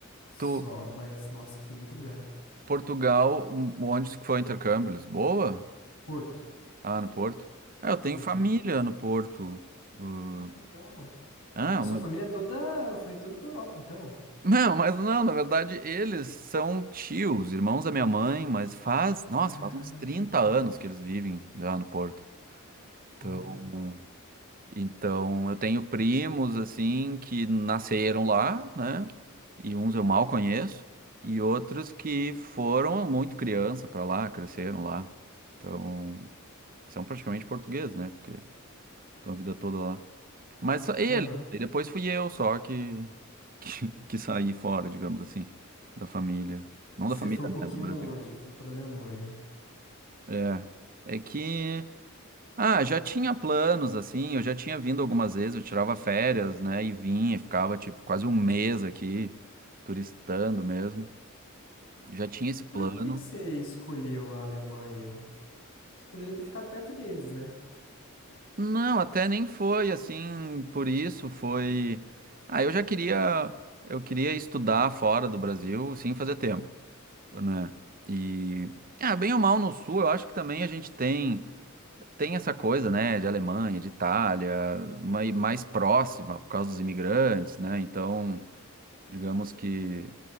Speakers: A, on the left; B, on the right.
A: Só,
B: Tu,
A: mas nossa, foi muito lugar.
B: Portugal, onde foi o intercâmbio? Lisboa?
A: Porto,
B: Ah, no Porto. Ah, eu tenho
A: Porto.
B: família no Porto. Uh,
A: Ah, que legal.
B: ah,
A: Nossa,
B: o meu-
A: a família toda foi toda pra Europa, então.
B: não, mas não, na verdade eles são tios, irmãos da minha mãe, mas faz, nossa,
A: Ah,
B: faz uns 30
A: tá.
B: anos que eles vivem lá no Porto. Então,
A: Ah, tá.
B: então eu tenho primos assim que nasceram lá, né? E uns eu mal conheço, e outros que foram muito criança para lá, cresceram lá. Então, que são praticamente portugueses, né? Porque estão a vida toda lá. Mas só ele.
A: Aham.
B: Aí depois fui eu só que, que, <laughs> que saí fora, digamos assim, da família. Não
A: Você
B: da família,
A: foi um pouquinho
B: né? Do Brasil.
A: longe, foi pra Alemanha.
B: É. É que, ah, já tinha planos, assim, eu já tinha vindo algumas vezes, eu tirava férias, né, e vinha, ficava, tipo, quase um mês aqui, turistando mesmo. Já tinha esse plano.
A: Por que que você escolheu a Alemanha? Você poderia ter ficado perto deles, né?
B: Não, até nem foi assim, por isso foi. Ah, eu já queria, eu queria estudar fora do Brasil sim fazer tempo, né? E ah, bem ou mal no sul, eu acho que também a gente tem tem essa coisa, né, de Alemanha, de Itália, mai- mais próxima por causa dos imigrantes, né? Então, digamos que